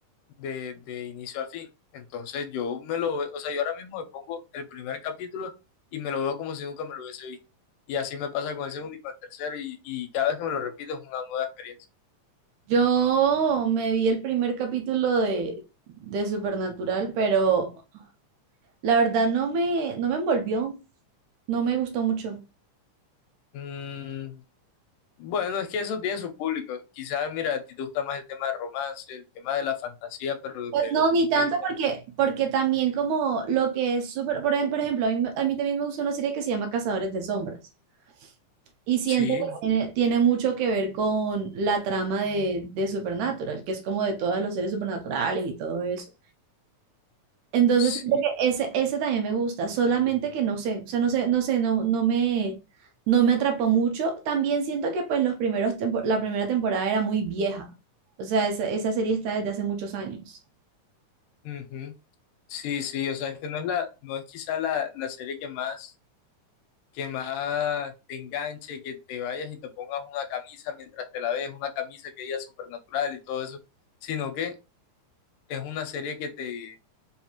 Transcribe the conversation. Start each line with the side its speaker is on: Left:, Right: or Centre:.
Left: de, de inicio a fin. Entonces yo me lo, ve- o sea, yo ahora mismo me pongo el primer capítulo y me lo veo como si nunca me lo hubiese visto. Y así me pasa con el segundo y con el tercero, y, y cada vez que me lo repito es una nueva experiencia.
Right: Yo me vi el primer capítulo de, de Supernatural, pero la verdad no me, no me envolvió, no me gustó mucho.
Left: Mm, bueno, es que eso tiene su público. Quizás, mira, a ti te gusta más el tema de romance, el tema de la fantasía, pero
Right: Pues
Left: desde el
Right: no, ni
Left: punto
Right: tanto
Left: de vista...
Right: porque, porque también como lo que es súper por, ejem- por ejemplo, a mí, me- a mí también me gusta una serie que se llama Cazadores de Sombras y siento
Left: Sí,
Right: que tiene, tiene mucho que ver con la trama de, de Supernatural, que es como de todos los seres supernaturales y todo eso. Entonces,
Left: sí.
Right: siento que ese, ese también me gusta, solamente que no sé, o sea, no sé, no sé, no, no me, no me atrapó mucho. También siento que pues los primeros tempo- la primera temporada era muy vieja, o sea, esa, esa serie está desde hace muchos años.
Left: ujú. Sí, sí, o sea, es que no es la, no es quizá la, la serie que más, que más te enganche, que te vayas y te pongas una camisa mientras te la ves, una camisa que diga supernatural y todo eso, sino que es una serie que te,